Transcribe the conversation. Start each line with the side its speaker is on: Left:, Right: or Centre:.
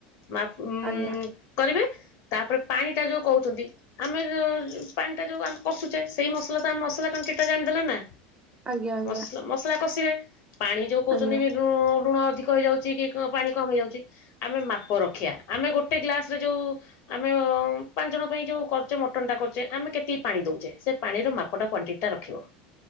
Left: ମାପ୍
Right: ଆଜ୍ଞା।
Left: କରିବେ, ତାପରେ ପାଣି ଟା ଯୋଉ କହୁଛନ୍ତି ଆମେ ଯୋଉ ପାଣି ଟା ଯୋଉ ଆମ କଶୁଛେ ସେଇ ମସଲା ତ ମସଲା ପାଣି କେତେ ଜାଣିଦେଲେ ନା?
Right: ଆଜ୍ଞା ଆଜ୍ଞା
Left: ମସଲା ମସଲା କଷିବେ ପାଣି ଯୋଉ କହୁଛନ୍ତି
Right: ଆଜ୍ଞା
Left: ବି ଲ ଲୁଣ ଅଧିକ କହିଯାଉଛି କି, କଣ ପାଣି କମ ହେଇଯାଉଛି, ଆମେ ମାପ ରଖିବା, ଆମେ ଗୋଟେ ଗ୍ଲାସ ରେ ଯୋଉ ଆମେଓଁ ପାଞ୍ଚ ଜଣ ପାଇଁ ଯୋଉ କରୁଚେ, ମଟନ ଟା କରୁଚେ, ଆମେ କେତିକି ପାଣି ଦଉଚେ, ସେ ପାଣିର ମାପଟା କ୍ୱାଣ୍ଟି ଟା ରଖିବ।